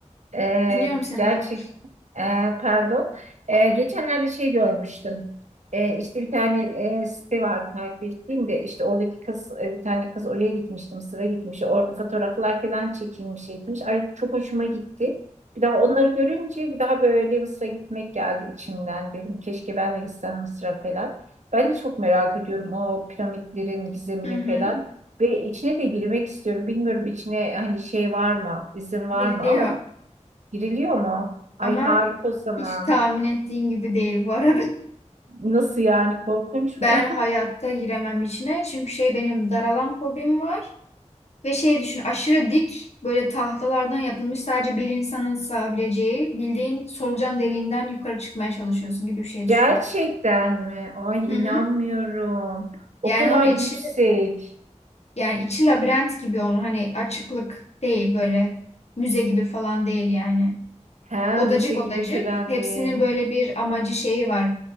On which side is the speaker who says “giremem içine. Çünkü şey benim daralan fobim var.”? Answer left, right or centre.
Left